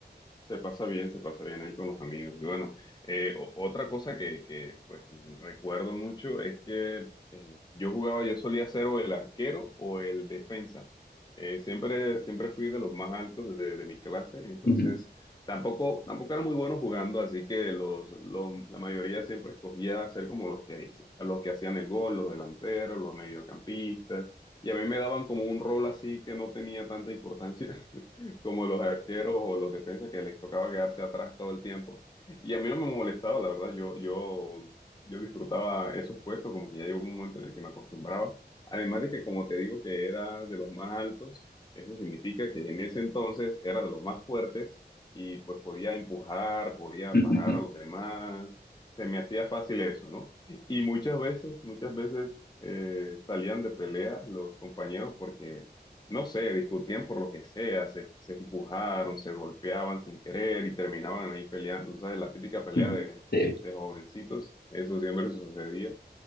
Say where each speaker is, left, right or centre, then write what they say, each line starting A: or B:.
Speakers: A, on the left; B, on the left.
A: Se pasa bien, se pasa bien ahí con los amigos. Y bueno, eh, o- otra cosa que, que, pues recuerdo mucho es que eh, yo jugaba, yo solía ser o el arquero o el defensa. Eh, siempre, siempre fui de los más altos de, de mi clase, entonces
B: Ujú,
A: tampoco, tampoco era muy bueno jugando, así que los, los- la mayoría siempre escogía ser como los que, hice- los que hacían el gol, los delanteros, los mediocampistas, y a mí me daban como un rol así que no tenía tanta importancia. <laughs> como los arqueros o los defensas que les tocaba quedarse atrás todo el tiempo. Y a mí no me molestaba, la verdad, yo, yo, yo disfrutaba esos puestos, como que ya llegó un momento en el que me acostumbraba. Además de que, como te digo, que era de los más altos, eso significa que en ese entonces era de los más fuertes y pues podía empujar, podía
B: ujú,
A: parar a los demás, se me hacía fácil eso, ¿no? Y muchas veces, muchas veces eh, salían de pelea los compañeros porque no sé, discutían por lo que sea, se, se empujaron, se golpeaban sin querer y terminaban ahí peleando, Tú ¿sabes? La típica pelea
B: ujú.
A: de,
B: Sí.
A: de jovencitos, eso siempre sucedía.